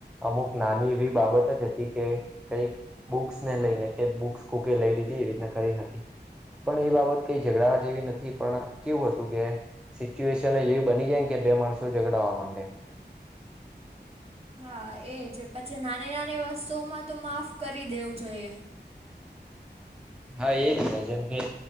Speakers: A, in the centre; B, on the right.
A: અમુક નાની એવી બાબત જ હતી કે કંઈક બુક્સ ને લઈને કે બુક્સ કોકે લઈ લીધી એવી રીતના કરીને હતી પણ એ બાબત કઈ ઝઘડાવા જેવી નથી પણ કેવું અતું કે સિચ્યુએશન જ એવી બની જાય ને કે બે માણસો ઝગડાવા માંડે
B: હા એજ પછી નાની નાની વસ્તુઓમાં તો માફ કરી દેવું જોઈએ
A: હા એ જ છે જેમ કે